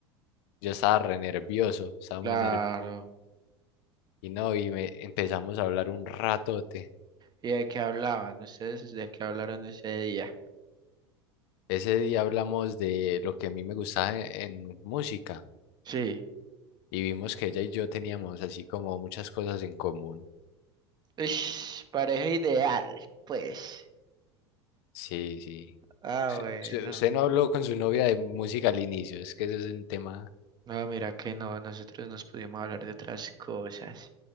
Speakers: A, on the left; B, on the right.
A: yo estaba re nervioso, estaba
B: Claro.
A: muy nervioso. Y no, y me empezamos a hablar un ratote.
B: ¿Y de qué hablaban? ¿Ustedes de qué hablaron ese día?
A: Ese día hablamos de lo que a mí me gustaba en, en música
B: Sí.
A: y vimos que ella y yo teníamos así como muchas cosas en común.
B: Ush, pareja ideal, pues.
A: Sí, sí.
B: Ah,
A: Su-
B: bueno.
A: su- Usted no habló con su novia de música al inicio, es que eso es un tema
B: No, mira que no, nosotros nos pudimos hablar de otras cosas.